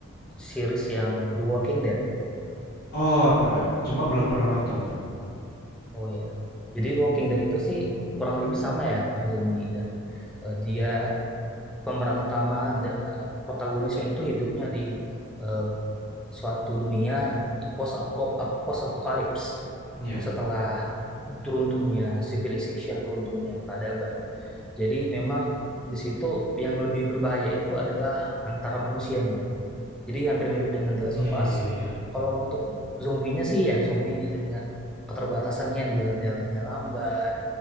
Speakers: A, in the centre; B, on the left (about 55°).
A: series yang The Walking Dead?
B: Oh, pernah. Cuma belum pernah nonton tuh.
A: Oh ya. Jadi The Walking Dead itu sih kurang lebih sama ya tentang zombie dan eh, dia pemeran utama, ada, eh, protagonisnya itu hidupnya di eh, suatu dunia post post apokalips
B: Iya.
A: setelah runtuhnya civilization atau runtuhnya peradaban. Jadi memang di situ yang lebih berbahaya itu adalah antara manusianya. Jadi hampir mirip dengan The Last
B: Iya,
A: of
B: iya,
A: Us.
B: iya, iya.
A: Kalau untuk zombinya sih ya zombie dengan keterbatasannya dia jalannya lambat